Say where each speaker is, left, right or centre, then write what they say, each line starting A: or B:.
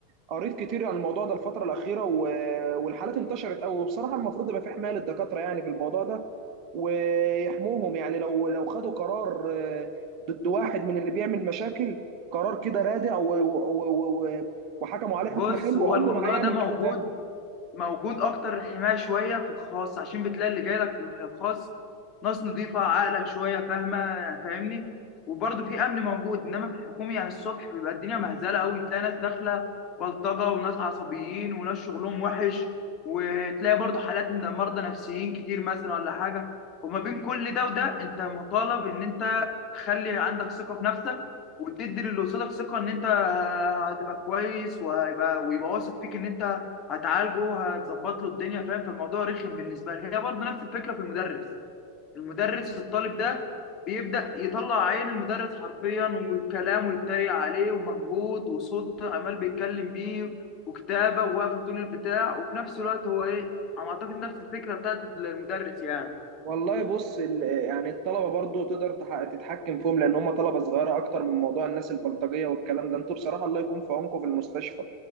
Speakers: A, on the right (about 40°); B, on the left (about 30°).
A: قريت كتير عن الموضوع ده الفتره الاخيره و- والحالات انتشرت قوي وبصراحه المفروض يبقى في حمايه للدكاتره يعني في الموضوع ده ويحموهم يعني لو لو خدوا قرار آه، ضد واحد من اللي بيعمل مشاكل قرار كده رادع و- و- و- و- وحكموا عليه
B: بص
A: حكم حلو
B: هو
A: عمره
B: الموضوع
A: ما هيعمل
B: ده موجود
A: كده تاني
B: موجود اكتر الحمايه شويه في الخاص عشان بتلاقي اللي جاي لك في الخاص ناس نظيفه عاقله شويه فاهمه يعني فاهمني وبرضه في امن موجود انما في الحكومي يعني الصبح بيبقى الدنيا مهزله قوي تلاقي ناس داخله بلطجه وناس عصبيين وناس شغلهم وحش وتلاقي برضه حالات من مرضى نفسيين كتير مثلا ولا حاجه وما بين كل ده وده انت مطالب ان انت تخلي عندك ثقه في نفسك وتدي للي قصادك ثقه ان انت هتبقى كويس وهيبقى ويبقى واثق فيك ان انت هتعالجه هتظبط له الدنيا فاهم فالموضوع رخم بالنسبه لي هي برضه نفس الفكره في المدرس المدرس الطالب ده بيبدا يطلع عين المدرس حرفيا والكلام ويتريق عليه ومجهود وصوت عمال بيتكلم بيه وكتابه وواقفه طول البتاع وفي نفس الوقت هو ايه انا اعتقد نفس الفكره بتاعت المدرس يعني
A: والله بص ال- يعني الطلبه برضو تقدر تح- تتحكم فيهم لان هم طلبه صغيره اكتر من موضوع الناس البلطجيه والكلام ده انتوا بصراحه الله يكون في عونكم في المستشفى